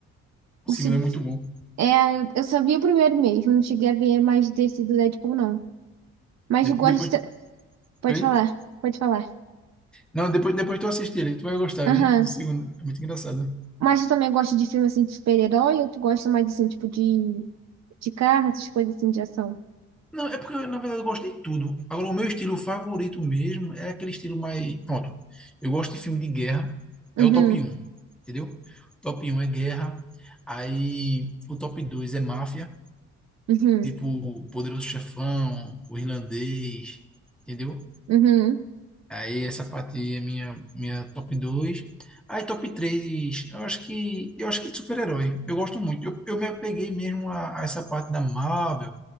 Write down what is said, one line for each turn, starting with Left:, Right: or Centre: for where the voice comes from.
Centre: O
Right: O,
Centre: segundo
Right: se-
Centre: é muito bom.
Right: é, eu só vi o primeiro mesmo, não cheguei a ver mais desse do Deadpool, não. Mas
Centre: De-
Right: eu gosto.
Centre: depois.
Right: Pode
Centre: Oi?
Right: falar, pode falar.
Centre: Não, depois, depois tu assistir ele, tu vai gostar,
Right: Aham.
Centre: viu? Do segundo. É muito engraçado.
Right: Mas tu também gosta de filme assim de super-herói ou tu gosta mais assim, tipo, de, de carro, essas coisas assim de ação?
Centre: Não, é porque, na verdade, eu gosto de tudo. Agora, o meu estilo favorito mesmo é aquele estilo mais. Pronto. Eu gosto de filme de guerra.
Right: Uhum,
Centre: É o top um entendeu? O top um é guerra. Aí o top 2 é máfia.
Right: uhum,
Centre: Tipo Poderoso Chefão, o Irlandês, entendeu?
Right: uhum,
Centre: Aí essa parte aí é minha, minha top 2. Aí top 3, eu acho que eu acho que super-herói. Eu gosto muito. Eu, eu me apeguei mesmo a, a essa parte da Marvel,